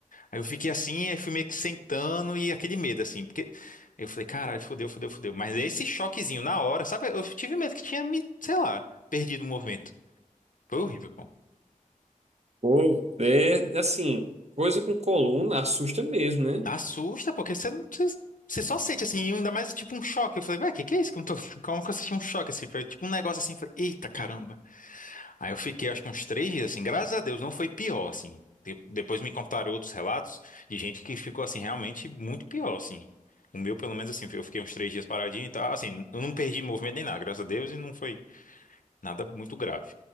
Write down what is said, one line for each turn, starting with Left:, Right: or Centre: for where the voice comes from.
Left: Aí eu fiquei assim, aí fui meio que sentando e aquele medo, assim, porque eu falei, caralho, fodeu, fodeu, fodeu. Mas esse choquezinho na hora, sabe? Eu tive medo que tinha me, sei lá, perdido o movimento. Foi horrível, pô.
Right: Pô, é assim, coisa com coluna assusta mesmo, né?
Left: Assusta, porque você não. Você você só sente assim, ainda mais tipo um choque. Eu falei, ué, que que é isso? Que eu não tô. <laughs> Como que eu senti um choque assim? Foi tipo um negócio assim, eu falei, eita caramba. Aí eu fiquei, acho que uns três dias, assim, graças a Deus, não foi pior, assim. De- Depois me contaram outros relatos de gente que ficou, assim, realmente muito pior, assim. O meu, pelo menos, assim, eu fiquei uns três dias paradinho e tal, assim, eu não perdi movimento nem nada, graças a Deus, e não foi nada muito grave.